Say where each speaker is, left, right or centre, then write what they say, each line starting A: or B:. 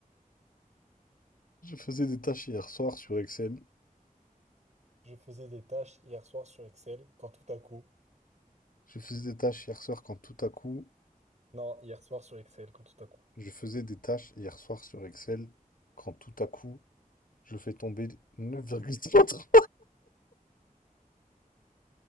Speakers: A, on the left; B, on the right.
A: Je faisais des tâches hier soir sur Excel.
B: Je faisais des tâches hier soir sur Excel quand tout à coup.
A: Je faisais des tâches hier soir quand tout à coup.
B: Non, hier soir sur Excel, quand tout à coup.
A: Je faisais des tâches hier soir sur Excel quand tout à coup, je fais tomber 9,33.